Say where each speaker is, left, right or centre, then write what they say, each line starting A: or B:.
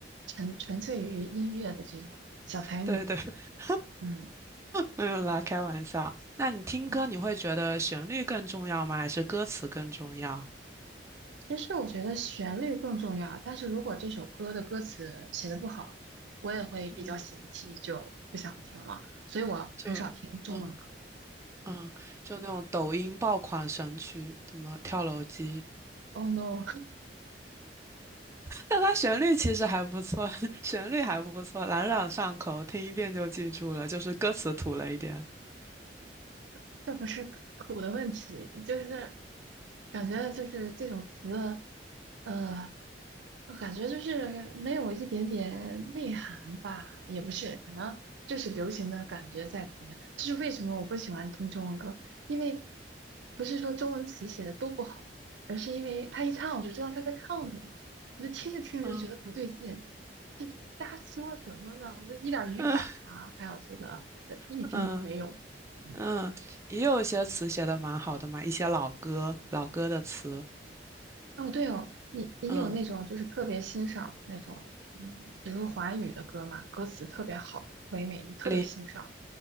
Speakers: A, on the right; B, on the right.
A: 纯纯粹于音乐的这种小才女，
B: 对对，<laughs>
A: 嗯，
B: 没有啦，开玩笑。那你听歌，
A: 嗯
B: 你会觉得旋律更重要吗？还是歌词更重要？
A: 其实我觉得旋律更重要，但是如果这首歌的歌词写的不好，我也会比较嫌弃，
B: 嗯，
A: 就不想听了，所以我很少听中文歌。
B: 就嗯嗯，就那种抖音爆款神曲，什么跳楼机，
A: Oh no，
B: 但它旋律其实还不错，<laughs> 旋律还不错，朗朗上口，听一遍就记住了，就是歌词土了一点。
A: <laughs> 这不是土的问题，就是感觉就是这种词，呃，我感觉就是没有一点点内涵吧，也不是，可能就是流行的感觉在里面。这是为什么我不喜欢听中文歌，因为不是说中文词写的都不好，而是因为他一唱我就知道他在唱什么，我就听着听着就觉得不对劲，
B: 嗯
A: 这瞎说什么呢？这一点儿语法呀、
B: 嗯
A: 还有这个呃意境都没有。
B: <laughs>。嗯
A: 嗯
B: 嗯，也有一些词写的蛮好的嘛，一些老歌、老歌的词，
A: 哦，对哦，你你有那种就是特别欣赏那种，
B: 嗯，
A: 嗯，比如说华语的歌嘛，歌词特别好的，唯美，你特别欣赏。
B: 林